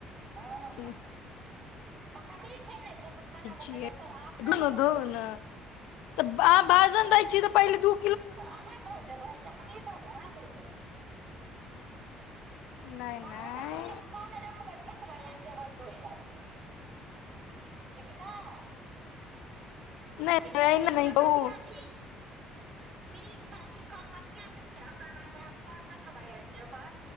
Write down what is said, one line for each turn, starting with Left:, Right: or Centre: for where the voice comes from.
Right: हँ
Left: सुनै
Right: त हमहीं खेने छंलू खाना बनेलहूँ
Left: छियै
Right: त अहाँ अपना
Left: धो
Right: लाए
Left: ने
Right: बनेलहूँ
Left: धोउ ने तऽ अहाँ भाषण दै छियै तऽ पहिले धू
Right: तऽ अहाँ धोय देबै की हमही धोबै धोय देबै
Left: नहि
Right: हँ
Left: नहि
Right: तऽ हैय फोन रखबै फेकबै आ जेबै धोय लै ठीक ने
Left: नहि
Right: इहे
Left: एना
Right: इहे
Left: नहि कहू
Right: बतिया ई ठीक छै ई काल बतिया लै छी ओकर बाद फोन रखबै जेबे